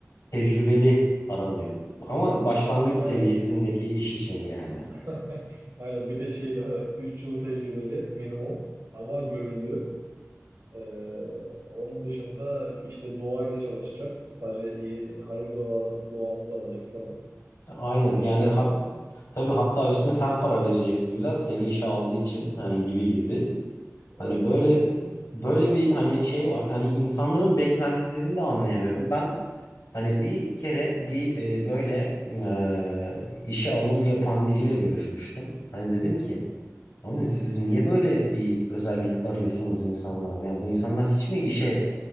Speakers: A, on the left (about 85°); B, on the right (about 70°).
A: tecrübeli aranıyor ama başlangıç
B: A-
A: seviyesindeki iş için yani.
B: <laughs> Aynen. Bir de şey değil mi? 3 yıl tecrübeli minimum ama gönüllü. Ee, onun dışında işte duayla çalışacak. Sadece iyi hayır dua duamızı alacak falan.
A: Aynen
B: Öyle
A: yani
B: kişiler
A: ha,
B: var. <laughs>
A: tabii hatta üstüne sen para vereceksin biraz seni işe aldığı için hani gibi gibi. Hani
B: Evet
A: böyle
B: evet.
A: böyle bir hani şey var. Hani insanların beklentilerini de anlayamıyorum. Ben hani bir kere bir e, böyle e, işe alım yapan biriyle görüşmüştüm. Hani dedim ki Abi siz niye böyle bir özellik arıyorsunuz insanlarda? Yani bu insanlar hiç mi işe